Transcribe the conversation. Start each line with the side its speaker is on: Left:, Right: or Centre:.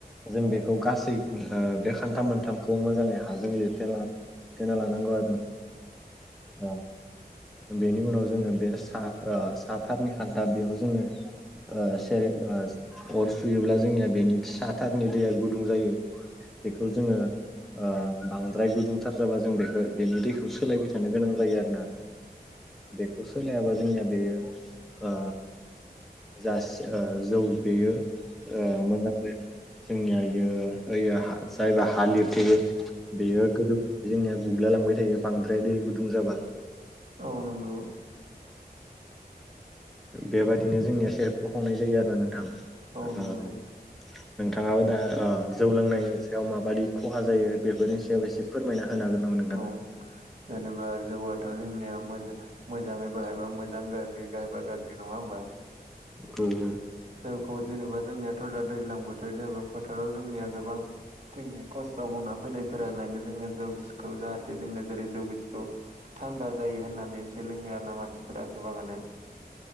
Centre: जों बेखौ गासै ओ बे खान्था मोनथामखौ मोजाङै हाजों लिरथेना लिरथेना लानांगौ आरोना औ। बेनि उनाव जोङो बे सा आ साथारनि खान्था बेयाव जोङो ओ सेर ओ अर सुयोब्ला जोंनिया बेनि सा थारनि दैया गुदुं जायो बेखौ जोङो ओ बांद्राय गुदुंथार जाबा जों बेखौ बेनि दैखौ सोलायबाय थानो गोनां जायो आरो ना। बेखौ सोलायाबा जोंनिया बेयो आ जास ओ जौ बेयो ओ मोजां जायो। जोंनिया इयो ओयो हा जायबा हालिरथेयो बेयो गोदो जोंनिया गुब्ला लांबाय थायो बांद्राया दै गुदुं जाबा।
Right: औ नोंगौ।
Centre: बेबायदिनो जोंनिया सेरेफखौ हुंनाय जायो आरो नोंथां
Right: औ नंगौ
Centre: ओ। नोंथाङाबो दा अ जौ लोंनायनि सायाव माबायि खहा जायो बेफोरनि सायाव एसे फोरमायना होनो हागोन नामा नोंथां?
Right: औ जेनेबा जौआथ' जोंनिया मोजा मोजाङै बाहायबा मोजां गाज्रि गाहायबा गाज्रि नङा होमबा?
Centre: औ औ।
Right: जौखौ जेनेबा जोंनियाथ' दा दैज्लां बोथोर जेनेबा फोथाराव जोंनिया गोबां जोंनि खस्थ' मावना फैनायफोरालायनो जोंनिया जौ गुसुखौ जाहाथे जोंनो जेरै जौ गुसुखौ थान्दा जायो होननानैसो लोङो आरो ना मानसिफोरा गोबाङानो।